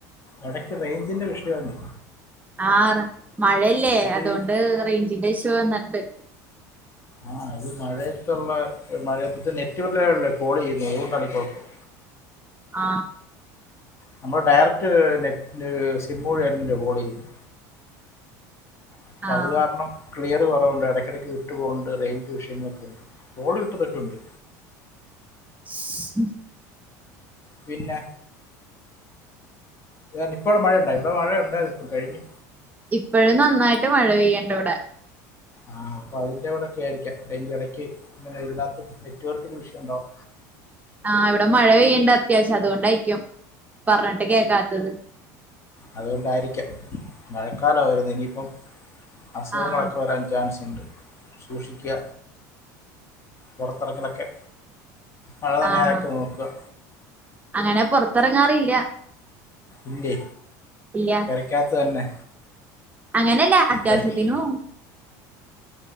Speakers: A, on the left; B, on the right.
A: എടക്ക് റെയിഞ്ചിന്റെ വിഷയാന്നേ
B: ആട മഴയല്ലെ
A: ഇത്
B: അതുകോണ്ട്
A: ഈ
B: റെയിഞ്ചിന്റെ വിഷയ ന്നട്ട് <unintelligible>
A: ആ അത് മഴയത്തുള്ള മഴയത്ത്തെ നെറ്റ്വർലല്ലേ കോൾ ചെയ്യുന്ന അതുകോണ്ടാണ് ഈ കുഴപ്പം
B: ആ
A: നമ്മൾ ഡയറക്റ്റ് നെറ്റ് സിം വഴിന്നല്ലേ <unintelligible> കോൾ ചെയ്യുന്നു അപ്പോ
B: ആഹ്
A: അത് കാരണം ക്ലിയർ കുറവണ്ട്ടക്കിടക്ക് വിട്ട് പോകുന്നുണ്ട് റെയിഞ്ച് വിഷയങ്ങൾക്ക് കോൾ കിട്ട്ന്നോക്കെ ഉണ്ട്
B: ഉം
A: പിന്ന ത <unintelligible> ഇപ്പോ ഇവടെ മഴയുണ്ടായി ഇവിടെ മഴയുണ്ടായിന് ഇപ്പോ കഴിഞ്ഞു
B: ഇപ്പഴും നന്നായിട്ട് മഴ പെയ്യൻഡ്‌ ഇവിടെ
A: ആ അപ്പൊ അതിന്റെ ഇവിടെക്കെ ആയിരിക്കാം എനിക്ക് ഇടക്ക് ഇങ്ങനെ ഇതിനകത്തും നെറ്റ്‌വർക്കിന്റെ വിഷയം ഉണ്ടാവും
B: ആഹ് ഇവിടെ മഴ പെയ്യേണ്ട അത്യാവശ്യം അതുകൊണ്ടായിരിക്കും പറഞ്ഞിട്ട് കേക്കാത്തത്
A: അതുകൊണ്ടായിരിക്കാം മഴക്കാല വരുന്നു ഇനിയിപ്പം അസുഖങ്ങളൊക്കെ
B: ആഹ്
A: വരാൻ ചാൻസ് സൂക്ഷിക്കുക, പുറത്തിറങ്ങലൊക്കെ. മഴനനയാതൊക്കെ
B: ആഹ്
A: നോക്കുവാ
B: അങ്ങനെ പുറത്തിറങ്ങാറില്ല
A: ഇല്ലേ
B: ഇല്ല
A: പെരക്കാത്ത് തന്നെ
B: അങ്ങനെയല്ല അത്യാവശ്യത്തിനു
A: പെര-
B: പോകും.